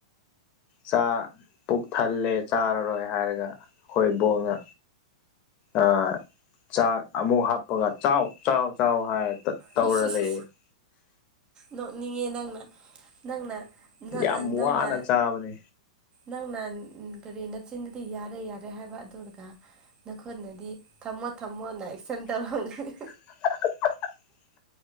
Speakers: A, on the left; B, on the right.
A: ꯆꯥ ꯄꯨꯛ ꯊꯜꯂꯦ ꯆꯥꯔꯔꯣꯏ ꯍꯥꯏꯔꯒ ꯑꯩꯈꯣꯏ ꯕꯣꯛꯅ ꯑꯥ ꯆꯥꯛ ꯑꯃꯨꯛ ꯍꯥꯞꯄꯒ ꯆꯥꯎ ꯆꯥꯎ ꯆꯥꯎ ꯍꯥꯏꯔ ꯇꯠ ꯇꯧꯔ
B: ꯏꯁ ꯏꯁ ꯏꯁ
A: ꯂꯩꯌꯦ <unintelligible>
B: ꯅꯣꯛꯅꯤꯡꯉꯦ ꯅꯪꯅ ꯅꯪꯅ ꯅꯪ
A: ꯌꯥꯝ
B: ꯑꯥ ꯅꯪꯅ
A: ꯋꯥꯅ ꯆꯥꯕꯅꯦ
B: ꯅꯪꯅ ꯀꯔꯤ ꯅꯆꯤꯟꯗꯗꯤ ꯌꯥꯔꯦ ꯌꯥꯔꯦ ꯍꯥꯏꯕ ꯑꯗꯨꯔꯒ ꯅꯈꯨꯠꯅꯗꯤ ꯊꯝꯃꯣ ꯊꯝꯃꯣꯅ ꯑꯦꯛꯁꯟ ꯇꯧꯔꯝꯒꯅꯤ
A: <unintelligible>